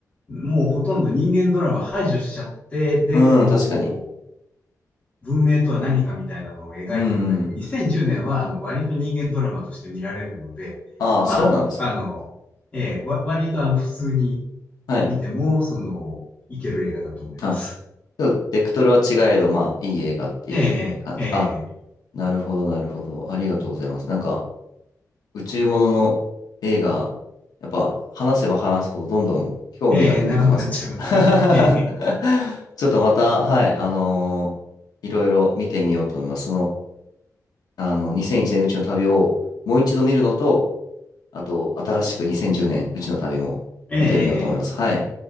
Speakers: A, on the left; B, on the left.
A: う、もうほとんど人間ドラマ排除しちゃって、で、
B: うん、
A: こう、
B: 確かに。
A: 文明とは何かみたいなのを描いてるんだけど、
B: うん。
A: 2010年は、あの、割と人間ドラマとして見られるので、
B: ああ、
A: まあ、
B: そうなんですね。
A: あの、ええ、わ割とあの、普通に
B: はい。
A: 見ても、その、いける映画だと思います。
B: あ、ちょっとベクトルは違えど、まあ、いい映画っていう感じ。
A: ええ、ええ、
B: あ、なるほど、なるほど。ありがとうございます。なんか、宇宙ものの映画、やっぱ、話せば話すほどどんどん興味が出てきます。
A: えー長くなっちゃいますね。
B: <laughs>
A: えーえ
B: ちょっとまた、はい、あのーいろいろ見てみようと思います。その、あの、2001年宇宙の旅をもう一度見るのと、あと、新しく2010年宇宙の旅も見てみようと思います。
A: え、ええ
B: はい。